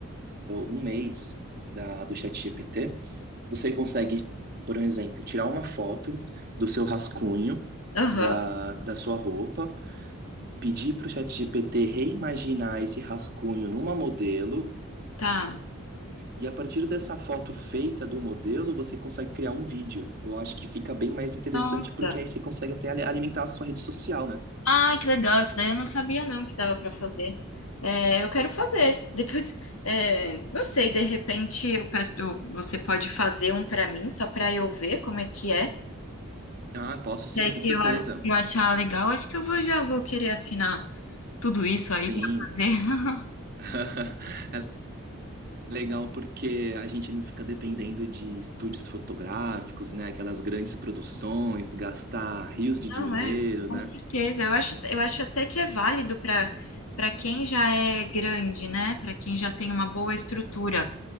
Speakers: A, on the right (about 45°); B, on the left (about 75°).
A: um mês da, do ChatGPT, você consegue, por um exemplo, tirar uma foto do seu rascunho,
B: Aham.
A: da, da sua roupa, pedir para o ChatGPT reimaginar esse rascunho numa modelo,
B: Tá.
A: e a partir dessa foto feita do modelo, você consegue criar um vídeo. Eu acho que fica bem mais interessante,
B: Nossa.
A: porque aí você consegue até alimentar a sua rede social, né?
B: Ai, que legal. Isso daí eu não sabia não que dava para fazer. É, eu quero fazer. <laughs> Depois, é, não sei, de repente eu peço, eu- você pode fazer um para mim, só para eu ver como é que é.
A: Ah, posso sim,
B: E aí,
A: com
B: se
A: certeza.
B: eu, a- se eu achar legal, acho que eu vou, já vou querer assinar tudo isso
A: Sim.
B: aí para fazer. <laughs>
A: <laughs> legal porque a gente não fica dependendo de estúdios fotográficos, né? Aquelas grandes produções, gastar rios de
B: Não,
A: dinheiro,
B: é, com
A: né?
B: certeza. Eu acho, eu acho até que é válido para para quem já é grande, né? Para quem já tem uma boa estrutura,